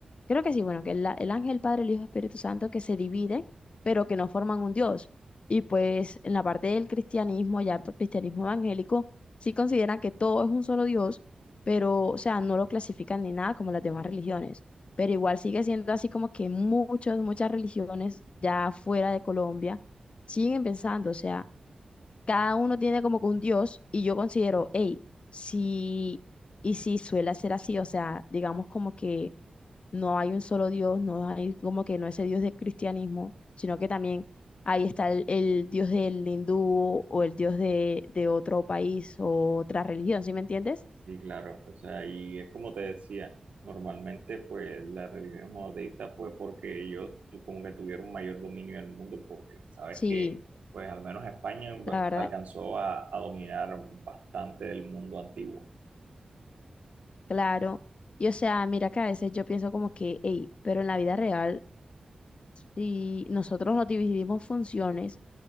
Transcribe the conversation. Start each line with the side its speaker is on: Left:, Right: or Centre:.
Left: Creo que sí, bueno, que el, a- el ángel, el Padre, el Hijo, Espíritu Santo, que se dividen, pero que no forman un Dios. Y pues en la parte del cristianismo, ya el cristianismo evangélico, sí consideran que todo es un solo Dios, pero, o sea, no lo clasifican ni nada como las demás religiones. Pero igual sigue siendo así como que muchas, muchas religiones ya fuera de Colombia siguen pensando, o sea, cada uno tiene como que un Dios y yo considero, hey, sí, y sí suele ser así, o sea, digamos como que no hay un solo Dios, no hay como que no ese Dios del cristianismo, sino que también ahí está el, el Dios del hindú o el Dios de, de otro país o otra religión, ¿sí me entiendes?
Right: Sí, claro, o sea, y es como te decía, normalmente pues la religión monoteísta fue porque ellos tu- como que tuvieron mayor dominio del mundo, porque sabes
Left: Sí,
Right: que pues al menos España
Left: la verdad,
Right: alcanzó a a dominar bastante del mundo antiguo.
Left: claro. Y o sea, mira que a veces yo pienso como que, hey, pero en la vida real si nosotros nos dividimos funciones,